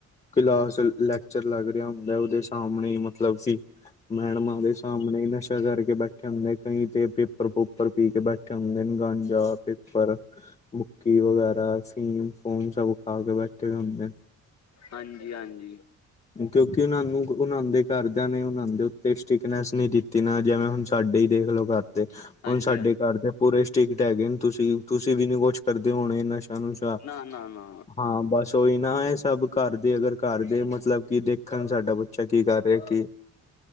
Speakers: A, on the left; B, on the left.
A: ਕਲਾਸ ਲੈਕਚਰ ਲੱਗ ਰਿਹਾ ਹੁੰਦਾ ਉਹਦੇ ਸਾਹਮਣੇ ਮਤਲਬ ਕਿ ਮੈਡਮਾਂ ਦੇ ਸਾਹਮਣੇ ਨਸ਼ਾ ਕਰਕੇ ਬੈਠੇ ਹੁੰਦੇ ਕਈ ਤੇ ਪੇਪਰ ਪੋਪਰ ਪੀ ਕੇ ਬੈਠੇ <unintelligible> ਭੁੱਕੀ ਵਗੈਰਾ ਫੀਮ ਫੂਮ ਸਭ ਖਾ ਕੇ ਬੈਠੇ ਹੋਏ ਹੁੰਦੇ।
B: ਹਾਂਜੀ ਹਾਂਜੀ।
A: ਕਿਉਂਕਿ ਉਹਨਾਂ ਨੂੰ ਉਹਨਾਂ ਦੇ ਘਰਦਿਆਂ ਨੇ ਉਹਨਾਂ ਦੇ ਉੱਤੇ ਸਟਿਕਨੈਸ ਨਹੀਂ ਦਿੱਤੀ ਤੇ ਨਾ ਜਿਵੇਂ ਹੁਣ ਸਾਡੇ ਹੀ ਦੇਖਲਓ ਘਰਦੇ।
B: ਹਾਂਜੀ
A: ਹੁਣ ਸਾਡੇ
B: ਹਾਂਜੀ
A: ਘਰ ਦੇ ਪੂਰੇ ਸਟਿਕਡ ਹੈਗੇ ਨੇ ਤੁਸੀਂ ਤੁਸੀਂ ਵੀ ਨੀ ਕੁਛ ਕਰਦੇ ਹੋਣੇ ਨ ਨੁਸ਼ਾ
B: ਨਾ ਨਾ ਨਾ
A: ਹਾਂ ਬਸ ਉਹੀ ਨਾ ਇਹ ਸਭ ਘਰ ਦੇ ਅਗਰ ਘਰ ਦੇ ਮਤਲਬ ਕੀ ਦੇਖਣ ਸਾਡਾ ਬੱਚਾ ਕੀ ਕਰ ਰਿਹਾ ਕੀ